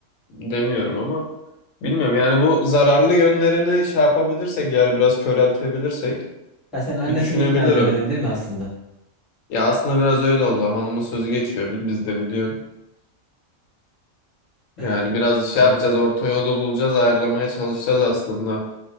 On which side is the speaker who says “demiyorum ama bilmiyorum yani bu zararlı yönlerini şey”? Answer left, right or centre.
Left